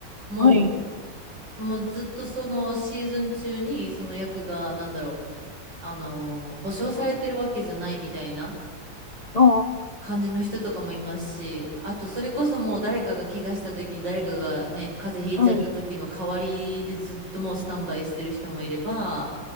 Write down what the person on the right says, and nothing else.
も
う、もうずっとそのシーズン中にその役が、なんだろう、あの、保証されてるわけじゃないみたいな。
感じの人とかもいますし、あとそれこそもう誰かが怪我した時に誰かがね、風邪ひいちゃった時の代わりでずっともうスタンバイしてる人もいれば、